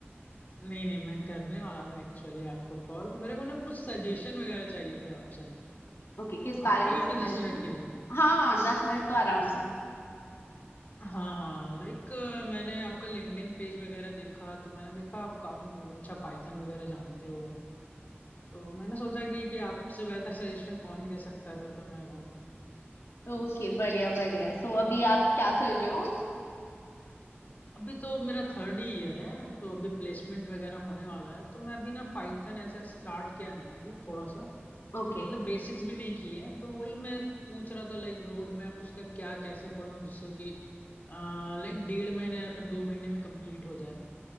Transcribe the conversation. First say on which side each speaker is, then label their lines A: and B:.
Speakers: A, on the left; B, on the left.
A: नहीं नहीं मैं करने वाला था एक्चुअली आपको कॉल मेरे को ना कुछ सजेशन वगैरह चाहिए थे आपसे
B: ओके किस बारे
A: आप फ्री
B: में
A: हो
B: सजेशन
A: अभी दस मिनट के लिए
B: हाँ हाँ दस मिनट तो
A: बस
B: आराम से
A: हाँ हाँ लाइक मैंने आपका लिंक्डइन पेज वगैरह देखा तो मैंने देखा आप काफी मतलब अच्छा पाइथन वगैरह जानते हो तो मैंने सोचा कि कि आपसे बेहतर सजेशन कौन ही दे सकता है फिर तो मेरे को
B: ओके बढ़िया बढ़िया सो अभी आप क्या कर रहे हो
A: अभी तो मेरा थर्ड ही ईयर है तो अभी प्लेसमेंट वगैरह होने वाला है तो मैं अभी ना पाइथन ऐसा स्टार्ट किया है मैंने अभी थोड़ा सा
B: ओके
A: मतलब बेसिक्स भी नहीं किए हैं तो वही मैं पूछ रहा था लाइक रोड मैप उसका क्या कैसे पढूं जिससे कि लाइक डेढ़ महीने या फिर दो महीने में कंप्लीट हो जाए